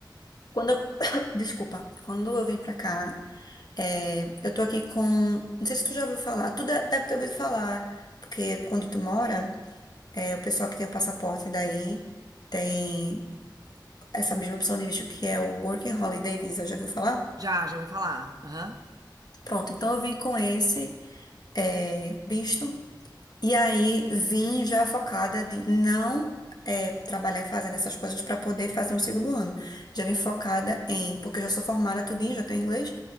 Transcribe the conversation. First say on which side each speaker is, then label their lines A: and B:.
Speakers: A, on the left; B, on the right.
A: Quando eu... <coughs> Desculpa, quando eu vim pra cá, é, eu tô aqui com. Não sei se tu já ouviu falar, tu deve deve ter ouvido falar, porque onde tu mora, é, o pessoal que tem o passaporte daí tem essa mesma opção de visto que é o Working Holiday Visa, já ouviu falar?
B: Já, já ouvi falar. Aham,
A: Pronto, então eu vim com esse. é, visto. E aí vim já focada de não é, trabalhar fazendo essas coisas para poder fazer um segundo ano. Já vim focada em, porque eu já sou formada tudinho, já tenho inglês,